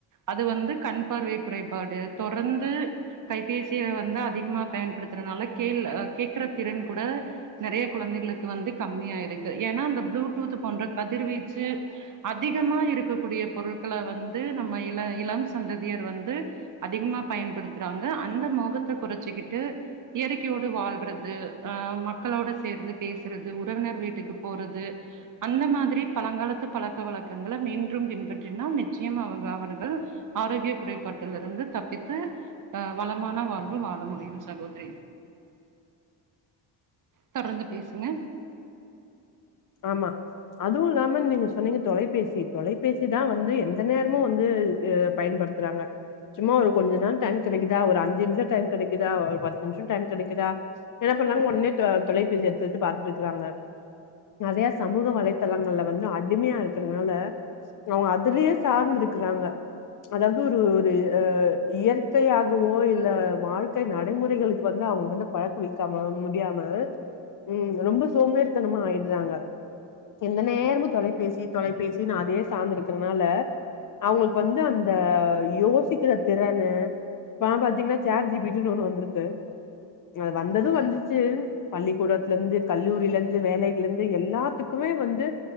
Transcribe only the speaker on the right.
அது வந்து கண் பார்வை குறைபாடு தொடர்ந்து கைபேசிய வந்து அதிகமா பயன்படுத்துறனால கேல் அ கேக்கற திறன் கூட நிறைய குழந்தைகளுக்கு வந்து கம்மியாயிடுது ஏன்னா அந்த ப்ளூடூத் போன்ற கதிர்வீச்சு அதிகமா இருக்கக்கூடிய பொருட்களை வந்து நம்ம இள இளம் சந்ததியர் வந்து அதிகமா பயன்படுத்துறாங்க அந்த மோகத்தை குறைச்சிக்கிட்டு இயற்கையோடு வாழ் படுது அஹ் மக்களோட சேர்ந்து பேசுறது உறவினர் வீட்டுக்கு போறது அந்த மாதிரி பழங்காலத்து பழக்க வழக்கங்களை மீண்டும் பின்பற்றினால் நிச்சயம் அவங்க அவர்கள் ஆரோக்கிய குறைபாட்டில இருந்து தப்பித்து அஹ் வளமான வாழ்வு வாழ முடியும் சகோதரி தொடர்ந்து பேசுங்க